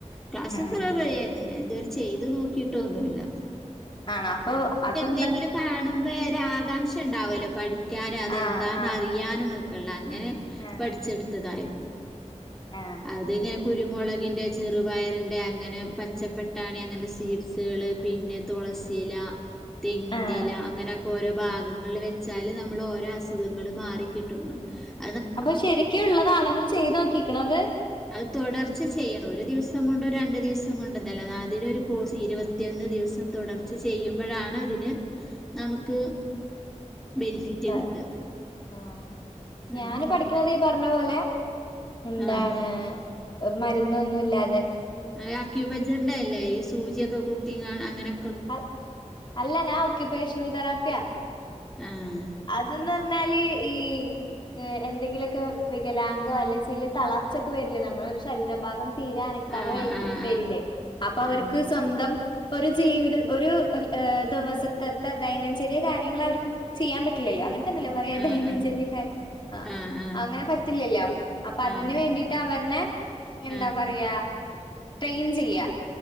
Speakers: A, in the centre; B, on the left.
A: ക്ലാസൊക്കെ
B: ഉം
A: വേറെ വഴിയായിരുന്നു ഞാൻ ഇതുവരെ ചെയ്ത് നോക്കിട്ടൊന്നുല്ല
B: ആണോ അപ്പൊ അത്
A: എന്തെങ്കിലും കാണുമ്പോ ഒരു ആകാംക്ഷ ഇണ്ടാവുല്ലോ പഠിക്കാനും അതെന്താന്ന്
B: ആഹ് ആഹ്
A: അറിയാനും ന്നോക്കെള്ളെ അങ്ങനെ
B: ആഹ്
A: പഠിച്ചെടുത്തതായിരുന്നു
B: ആഹ്
A: അതിങ്ങനെ കുരുമോളകി ന്റെ ചെറുപയറിന്റെ അങ്ങനെ പച്ചപ്പട്ടാണി അങ്ങനെ സീഡ്സുകള് പിന്നെ തുളസിയില തെങ്ങിന്റെ
B: ആഹ്
A: ഇല അങ്ങനെയൊക്കെ ഓരോ ഭാഗങ്ങളിൽ വെച്ചാല് നമ്മൾ ഓരോ അസുഖങ്ങള് മാറി കിട്ടും ന്നാ
B: അപ്പൊ ശെരിക്ക് ഇള്ളതാണോ ഇങ്ങള് ചെയ്ത് നോക്കിക്ക്ണോ അത്?
A: അത് തുടർച്ച ചെയ്യണം ഒരു ദിവസം കൊണ്ടും രണ്ട് ദിവസം കൊണ്ടും നല്ല അതിനൊരു കോഴ്സ് ഇരുപത്തിയൊന്ന് ദിവസതോ തുടർച്ച ചെയ്യുമ്പഴാണ് അതിന് നമുക്ക് ബെനിഫിറ്റ്
B: പ
A: കിട്ടുക
B: ആ
A: അങ്ങനെ
B: ഞാന് പഠിക്കണത് ഈ പർ പർഞ്ഞപോലെ എന്താണ്
A: ആഹ്
B: മരുന്നൊന്നും ഇല്ലാ
A: അത് അക്യൂ പഞ്ചറിന്റെ അല്ലേ ഈ സൂചിയൊക്കെ കുത്തിങ്ങാ അങ്ങനെ
B: അൽ അല്ല ഞാൻ ഒക്ക്യൂപേഷ <unintelligible> തെറാപ്യ
A: ആഹ്
B: അതന്ന് പർഞ്ഞാല് ഈ ഹ് എന്തെങ്കിലൊക്കെ വികലാംഗോ അല്ലെച്ചാ തളർച്ചൊക്കെ വരില്ലേ നമ്മളെ ഒരു ശരീരഭാഗം തീരെ അനക്കാതെ
A: ആഹ്
B: വൈറ്റ്
A: ആഹ്
B: വരില്ലേ അപ്പൊ അവർക്ക്
A: ആഹ്
B: സ്വന്തം ഒരു ജീവിതം ഒരു ദിവസത്തെത്തെ ദൈനം ചിന കാര്യങ്ങള് അവർക്ക് ചെയ്യാൻ പറ്റില്ലല്ലോ അങ്ങനെ പറ്റ്ന്നില്ല പറയാ
A: ആഹ്
B: ദൈനംചര്യ
A: ആഹ്
B: കാര്യാ ആ
A: ആഹ് ആഹ്
B: അങ്ങനെ പറ്റില്ലല്ലോ അപ്പൊ അതിന്ന്
A: ആഹ്
B: വേണ്ടിട്ട് അവർനെ എന്താ
A: ആഹ് ആഹ്
B: പറയാ ട്രെയിൻ ചെയ്യാ